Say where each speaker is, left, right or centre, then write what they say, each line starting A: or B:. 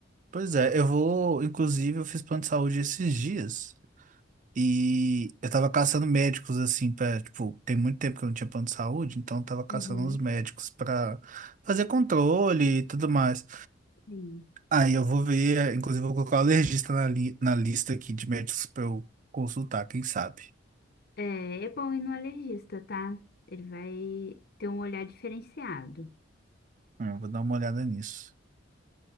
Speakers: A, on the right; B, on the left.
A: Pois é, eu vou. Inclusive, eu fiz plano de saúde esses dias. E eu tava caçando médicos, assim, pra, tipo, tem muito tempo que eu não tinha plano de saúde, então eu tava caçando
B: Uhum,
A: uns médicos pra fazer controle e tudo mais.
B: sim.
A: Aí eu vou ver, eh, inclusive eu vou colocar o alergista na, li na lista aqui de médicos pra eu consultar, quem sabe?
B: É, é bom ir no alergista, tá? Ele vai ter um olhar diferenciado.
A: Hum, Eu vou dar uma olhada nisso.